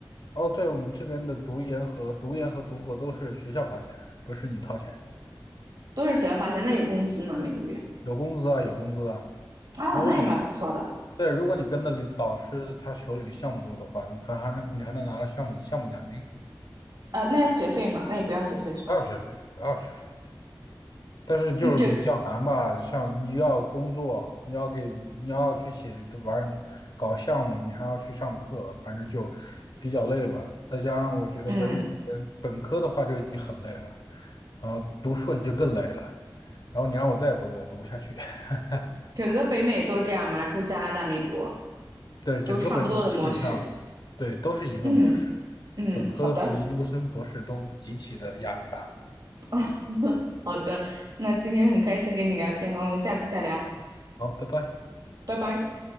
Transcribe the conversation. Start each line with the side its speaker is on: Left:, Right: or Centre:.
Left: 哦，对，我们这边的读研和读研和读博都是学校发钱，不是你掏钱，
Right: 都是学校发钱，那有工资吗？每个月？
Left: 有工资啊，有工资啊。
Right: 啊，
Left: 如果你
Right: 那也蛮不错的。
Left: 对，如果你跟的领导师他手里的项目多的话，你可还能你还能拿到项目项目奖金，
Right: 呃，那要学费吗？那也不要学费是吧？
Left: 不要学费，不要学费。但是就是比较难吧，
Right: 那整，
Left: 像你要工作，你要给，你要去写玩搞项目，你还要去上课，反正就比较累吧。再加上我觉得北美嗯本科的话就已经很累了，
Right: 嗯，
Left: 然后读硕就更累了，然后你让我再读，我读不下去。<laughs>
Right: 整个北美都这样吗？就加拿大、美国
Left: 对，整个北美基本上对都是一个模式，
Right: 都差不多的模式。嗯嗯，
Left: 本科读研究生、
Right: 好的，
Left: 博士都极其的压力大。
Right: <laughs> 好的，那今天很开心跟你聊天呢，我们下次再聊。
Left: 好，拜拜。
Right: 拜拜